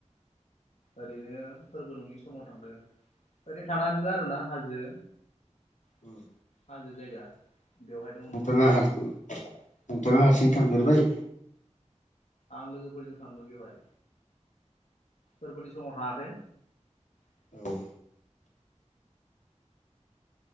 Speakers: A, on the left (about 65°); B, on the left (about 85°).
A: ओरैनो फोरबो नङि समाव थांदों ओरैनो थांना नुदो आरोना हाजो
B: उम
A: हाजो जायगा बेवहाय दङ
B: नोंथाङा
A: मन्दिर
B: हार नोंथाङा हारसिं थांफेरबाय
A: आं लोगोफोरजों थांदो बेवहाय फोरबोनि समाव थाङाखै
B: औ